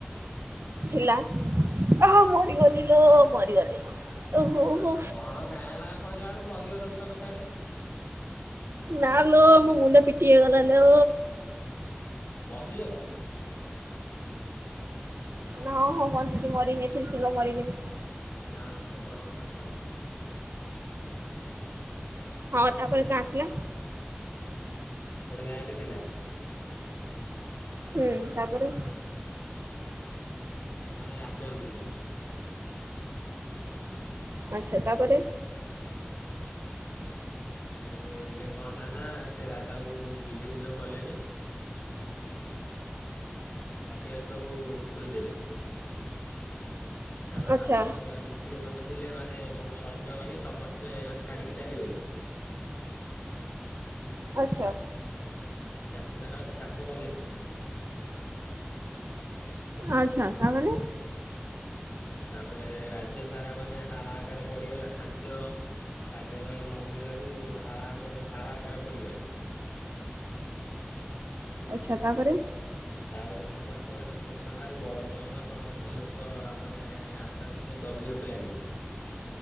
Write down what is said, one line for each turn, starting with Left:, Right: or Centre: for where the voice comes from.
Right: ଥିଲା ଆହା ମରିଗଲି ଲୋ ମରିଗଲି ଓହୋ ହୋ
Left: କଣ ଗାଁ ନାଁ କହିଲା ବେଳୁ ମରିଗଲଣି ତମେ ସିଆଡେ।
Right: ନାଁଲୋ ମୋ ମୁଣ୍ଡ ପିଟିହେଇଗଲା ଲୋ।
Left: ବଞ୍ଚିଚତ?
Right: ହଁ ହଁ ବଞ୍ଚିଛି ମରନି ଏତେ ଶୀଘ୍ର ମରିବିନି।
Left: ଯାହା ହଉ ଏଇଟା ବଡ଼ କଥା ବଡ଼ କଥା।
Right: ହଁ ତାପରେ କାହାର ଥିଲା।
Left: ଗୋଟେ ଗାଁ ଟେ ଥିଲା।
Right: ହୁଁ ତାପରେ।
Left: ସେଠି ଜଣେ ରାଜା ଆଉଥିଲେ।
Right: ଆଚ୍ଛା ତାପରେ।
Left: ତାପରେ ଦିନେ କଣ ହେଲା ନା ସେ ରାଜଆଉ ଯୁଦ୍ଧ ବିଜୟ କଲେନି। ହତିଆାର ସବୁ ଥୋଇଦେଲେ। ତାଙ୍କ ସାମନ୍ତ
Right: ଆଚ୍ଛା।
Left: ସିଂହାର ଯେତିକ ସବୁ ଥିଲେ ମାନେ ସବୁ ସୈନ୍ୟ ବାହିନୀ ସମସ୍ତେ ମାନେ ଛାଡିକି ଚାଲିଗଲେ।
Right: ଆଚ୍ଛା।
Left: ଚାଷୀମାନେ ଆଉ ଚାଷ କଲେନି।
Right: ଆଛା ତାପରେ?
Left: ତାପରେ ରାଜ୍ୟ ସାରା ମାନେ ହା ହାହାକାର ପଡିଗଲା ଖାଦ୍ୟ ପାନୀୟ ଜଳ ନ ମିଳିବାରୁ ହାହା ହାହାକାର ପଡ଼ିଗଲା।
Right: ଆଚ୍ଛା ତାପରେ?
Left: ତାପରେ ସମସ୍ତେ ମାନେ ଛୋଟ ଠାରୁ ବଡ ପଯ୍ୟନ୍ତ ସମସ୍ତେ ଲୋକ ମାନେ ଆସ୍ତେ ଆସ୍ ସେ ଦବିବାକୁ ଲାଗିଲେ।